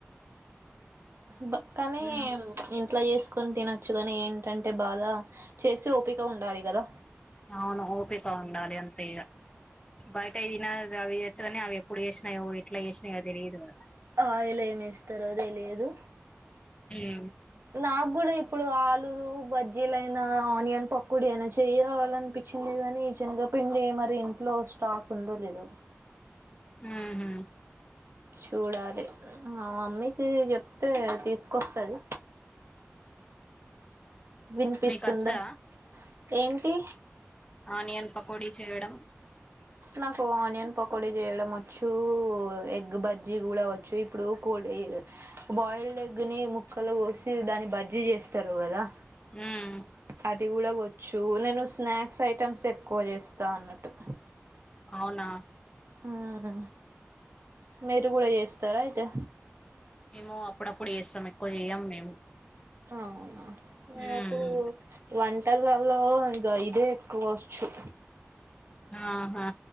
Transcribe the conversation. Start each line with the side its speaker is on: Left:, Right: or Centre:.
Right: బ కానీ
Left: అని
Right: ఇంట్లో చేసు కొని తినచ్చు కాని ఏంటంటే బాధ చేసి ఓపిక ఉండాలి కదా
Left: అవును ఓపిక ఉండాలి అంతే ఇగ బయట తిన అవి వచ్చు కాని అవి ఎప్పుడు ఎసినాయో ఎట్లా ఎసినాయో తెలియదు కదా
Right: ఆ ఇల ఏమేస్తారో తెలియదు
Left: ఉమ్
Right: నాకు కూడా ఇప్పుడు ఆలు బజ్జీలయినా ఆనియన్ పకోడి అయినా చేయలనిపించింది కానీ శనగ పిండి మరి ఇంట్లో స్టాక్ ఉందో లేదో
Left: మ్ హు
Right: చూడాలి మా మమ్మీకి చెప్తే తీసుకొస్తది వినిపిస్తుందా
Left: మీకచ్చా
Right: ఏంటి
Left: ఆనియన్ పకోడీ చేయడం
Right: నాకు ఆనియన్ పకోడీ చేయడం వచ్చు ఎగ్ బజ్జీ కూడా వచ్చు ఇప్పుడు కోడి బాయిల్డ్ ఎగ్ని ముక్కలు గోసి దాని బజ్జీ చేస్తారు కదా
Left: హ్మ్
Right: అది కూడా వచ్చు నేను స్నాక్స్ ఐటమ్స్ ఎక్కువ చేస్తా అన్నట్టు
Left: అవునా
Right: మ్ హు మీరు కూడా చేస్తారా అయితే
Left: మేము అప్పుడప్పుడు చేస్తాం ఎక్కువ చేయం మేము
Right: అవునా నాకు
Left: ఉమ్
Right: వన్ టలలో ఇగ ఇదే ఎక్కువ వచ్చు
Left: ఆహా